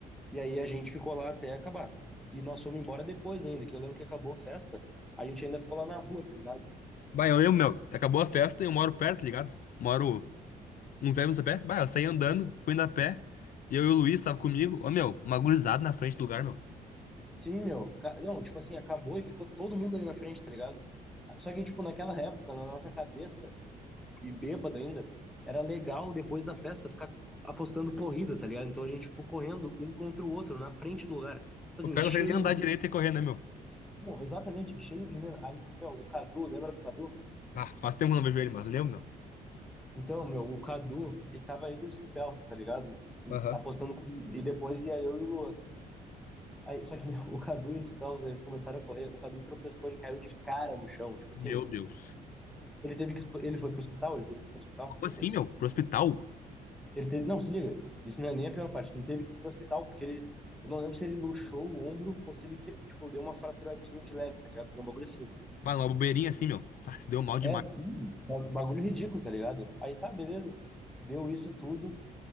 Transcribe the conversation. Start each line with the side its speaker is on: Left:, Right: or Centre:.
Centre: E aí a gente ficou lá até acabar. E nós fomos embora depois ainda, que eu lembro que acabou a festa, a gente ainda ficou lá na rua, tá ligado?
Left: Bah, eu lembro, meu. Acabou a festa e eu moro perto, tá ligado? Moro uns 10 minutos a pé. Bah, eu saí andando, fui indo a pé. E eu e o Luiz tava comigo. Ô, meu, uma gurizada na frente do lugar, meu.
Centre: Sim, meu. ca- Não, tipo assim, acabou e ficou todo mundo ali na frente, tá ligado? Só que, tipo, naquela época, na nossa cabeça, e bêbado ainda, era legal depois da festa ficar apostando corrida, tá ligado? Então a gente ficou correndo um contra o outro na frente do lugar. Tipo
Left: O
Centre: assim,
Left: cara
Centre: cheio
Left: não consegue nem andar
Centre: de
Left: direito e correr, né, meu?
Centre: Não, exatamente, cheio de mina. Aí, meu, o Cadu, lembra do Cadu?
Left: Ah, faz tempo que eu não vejo ele, mas lembro,
Centre: Então, meu, o Cadu, ele tava ele e o Supelsa, tá ligado?
Left: meu. Aham.
Centre: Apostando comigo. E depois ia eu e o Lua. Aí, só que, <laughs> meu, o Cadu e o Supelsa, eles começaram a correr. O Cadu tropeçou, ele caiu de cara no chão. Tipo
Left: Meu
Centre: assim,
Left: Deus.
Centre: ele teve que. Ele foi pro hospital, ele teve que ir pro hospital
Left: Como
Centre: depois.
Left: assim, meu? Pro hospital?
Centre: Ele teve, não, se liga, isso não é nem a pior parte. Ele teve que ir pro hospital porque ele. Eu não lembro se ele luxou o ombro ou se ele, que- tipo, deu uma fraturadinha de leve, tá ligado? Foi um bagulho assim.
Left: Bah, numa bobeirinha assim, meu. Ah, se deu mal demais.
Centre: É, sim, ba- bagulho ridículo, tá ligado? Aí tá, beleza. Deu isso tudo,